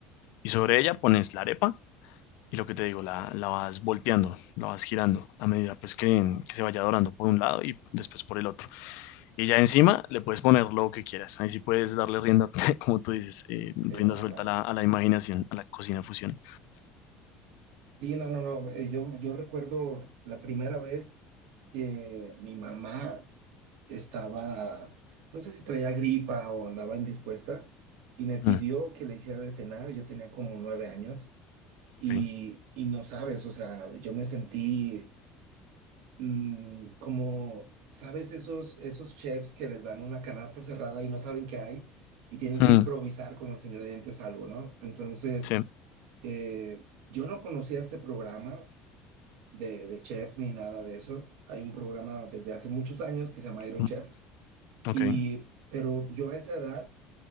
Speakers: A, on the left (about 70°); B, on the right (about 80°).
A: y sobre ella pones la arepa y lo que te digo, la, la vas volteando, la vas girando a medida pues que, que se vaya dorando por un lado y después por el otro. Y ya encima le puedes poner lo que quieras. Ahí sí puedes darle rienda, <laughs> como tú dices, eh, rienda
B: Qué bárbaro.
A: suelta a la, a la imaginación, a la cocina fusión.
B: Sí, no, no, no. eh, Yo, yo recuerdo la primera vez que mi mamá estaba, no sé si traía gripa o andaba indispuesta, y me pidió
A: Mm,
B: que le hiciera de cenar. Yo tenía como nueve años. Y,
A: ok.
B: y no sabes, o sea, yo me sentí mm, como, ¿sabes? Esos, esos chefs que les dan una canasta cerrada y no saben qué hay y tienen que
A: Mm,
B: improvisar con los ingredientes algo, ¿no? Entonces,
A: sí.
B: eh, yo no conocía este programa de, de chefs ni nada de eso. Hay un programa desde hace muchos años que se llama Iron
A: Mm,
B: Chef.
A: Ok.
B: Y, pero yo a esa edad